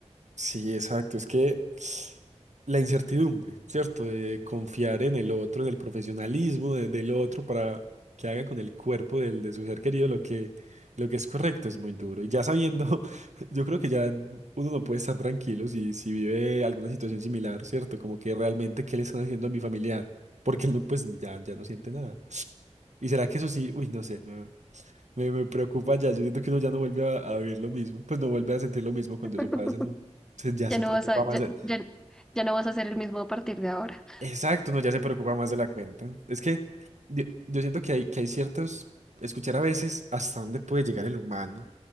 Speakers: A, on the right (about 80°); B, in the centre.
A: Sí, exacto. Es que la incertidumbre, ¿cierto? De confiar en el otro, en el profesionalismo de- del otro para que haga con el cuerpo del, de su ser querido lo que, lo que es correcto es muy duro. Y ya sabiendo, <laughs> yo creo que ya uno no puede estar tranquilo si, si vive alguna situación similar, ¿cierto? Como que realmente, ¿qué le están haciendo a mi familiar? Porque él no, pues ya, ya no siente nada. ¿Y será que eso sí? Uy, no sé. Me, me preocupa ya. Yo siento que uno ya no vuelve a, a vivir lo mismo. Pues no vuelve a sentir lo mismo cuando
B: <laughs>
A: eso pasa, ¿no? Se- ya
B: Ya
A: se
B: no
A: preocupa
B: vas a,
A: más
B: ya
A: de...
B: ya- ya no vas a ser el mismo a partir de ahora.
A: Exacto, no, ya se preocupa más de la cuenta. Es que yo, yo siento que hay, que hay ciertos... Escuchar a veces hasta dónde puede llegar el humano